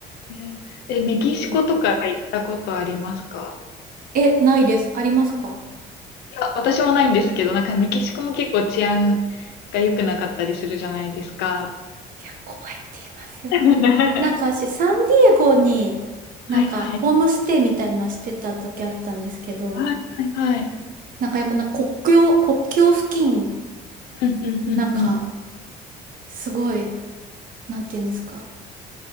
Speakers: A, on the left; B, on the right.
A: え。え、メキシコとか行ったことありますか
B: うんえ、ないです。ありますか
A: いや、私もないんですけど、なんかメキシコも結構治安が良くなかったりするじゃないですか。
B: いや、怖いって言いますよね。
A: <laughs> は
B: なんか私、サンディエゴに、なんかホームステイみたいなのしてた時あったんですけど、
A: はいはい。はいはいはい。
B: なんかやっぱな国境、国境付近、
A: うんうんうんうん。
B: なんか、すごい、なんて言うんですか、